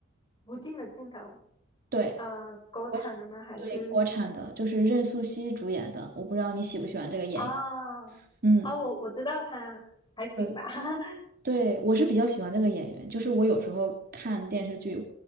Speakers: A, on the left; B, on the right.
A: 无尽的尽头，
B: 对，
A: 呃，国产的吗？
B: 国
A: 还是
B: 对国产的，就是任素汐主演的，我不知道你喜不喜欢这个演员。
A: 啊啊，
B: 嗯，
A: 我我知道它还行吧。
B: 对
A: <laughs>
B: 对，我是比较喜欢这个演员，就是我有时候看电视剧